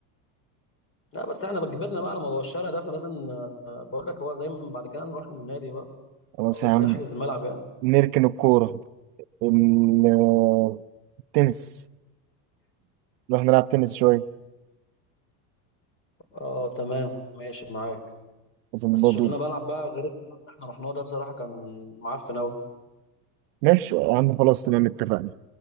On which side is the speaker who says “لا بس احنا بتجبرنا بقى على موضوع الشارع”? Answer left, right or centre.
Left